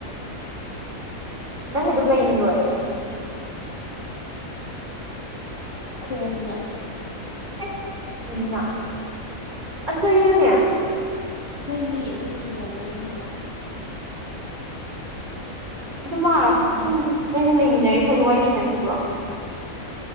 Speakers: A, on the right; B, on the left.
A: ꯅꯪ ꯗꯨ ꯀꯩꯅ ꯂꯣꯏ
B: ꯈꯣꯡꯅ
A: ꯑꯦ ꯆꯨꯝꯃꯤꯅ ꯑꯗꯨꯗꯔꯣꯅꯦ
B: ꯍꯣꯏ ꯃꯤ ꯑꯗꯨ ꯊꯪꯅꯕꯗꯅꯦ ꯍꯥꯏꯕ
A: ꯎ ꯑꯗꯨ ꯃꯥ ꯑꯗꯨꯝ ꯅꯩꯅ ꯂꯩꯃꯤꯟꯅꯔꯤ ꯐꯣꯗꯤ ꯋꯥꯔꯤ ꯁꯟꯅꯈꯤꯕ꯭ꯔꯣ